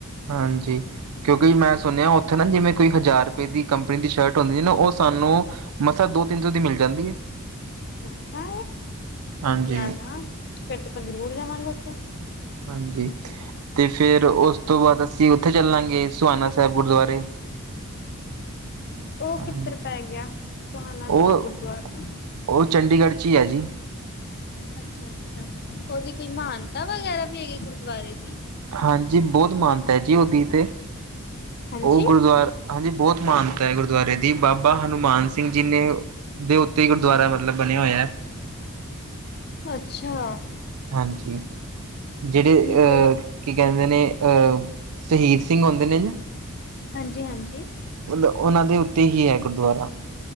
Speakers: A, on the right (about 85°); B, on the left (about 45°).
A: ਹਾਂਜੀ, ਕਿਉਂਕਿ ਮੈਂ ਸੁਣਿਆ ਉੱਥੇ ਨਾ ਜਿਵੇਂ ਕੋਈ ਹਜ਼ਾਰ ਰੁਪਏ ਦੀ ਕੰਪਨੀ ਦੀ ਸ਼ਰਟ ਹੁੰਦੀ ਨਾ ਉਹ ਸਾਨੂੰ ਮਸਾਂ ਦੋ ਤਿੰਨ ਸੌ ਦੀ ਮਿਲ ਜਾਂਦੀ ਐ।
B: ਅੱਛਾ,
A: ਹਾਂਜੀ।
B: ਨਾ ਨਾ ਫਿਰ ਤੇ ਆਪ ਜ਼ਰੂਰ ਜਾਵਾਂਗੇ ਉੱਥੇ।
A: ਹਾਂਜੀ, ਤੇ ਫੇਰ ਉਸ ਤੋਂ ਬਾਅਦ ਅਸੀਂ ਉੱਥੇ ਚੱਲਾਂਗੇ ਸੁਹਾਣਾ ਸਾਹਿਬ ਗੁਰਦੁਆਰੇ। <unintelligible>
B: ਉਹ
A: ਹਾਂਜੀ।
B: ਕਿੱਧਰ ਪੈ ਗਿਆ ਸੋਹਾਨਾ
A: ਉਹ
B: ਸਾਹਿਬ ਗੁਰਦੁਆਰਾ।
A: ਉਹ, ਚੰਡੀਗੜ੍ਹ ਚ ਈ ਐ ਜੀ।
B: ਅੱਛਾ ਅੱਛਾ ਉਹਦੀ ਕੋਈ ਮਹਾਨਤਾ ਵਗੈਰਾ ਵੀ ਹੈਗੀ ਗੁਰਦੁਆਰੇ, ਦੀ।
A: ਹਾਂਜੀ, ਬਹੁਤ ਮਹਾਨਤਾ ਹੈ ਜੀ। ਉਹਦੀ ਤੇ
B: ਹਾਂਜੀ
A: ਉਹ ਗੁਰਦੁਆਰਾ। ਹਾਂਜੀ, ਬਹੁਤ ਮਾਨਤਾ ਹੈ ਗੁਰਦੁਆਰੇ ਦੀ ਬਾਬਾ ਹਨੂੰਮਾਨ ਸਿੰਘ ਜੀ ਨੇ, ਦੇ ਉੱਤੇ, ਗੁਰਦੁਆਰਾ ਮਤਲਬ ਬਣਿਆ ਹੋਇਆ ਹੈ।
B: ਅੱਛਾ,
A: ਹਾਂਜੀ, ਜਿਹੜੇ
B: ਨਹੀਂ
A: ਅ,
B: ਕੋਈ
A: ਕਹਿੰਦੇ ਨੇ ਅਹ ਸ਼ਹੀਦ ਸਿੰਘ ਹੁੰਦੇ ਨੇ ਨਾ।
B: ਹਾਂਜੀ, ਹਾਂਜੀ।
A: ਮਤਲਬ ਉਹਨਾਂ ਦੇ ਉੱਤੇ ਹੀ ਐ ਗੁਰਦੁਆਰਾ।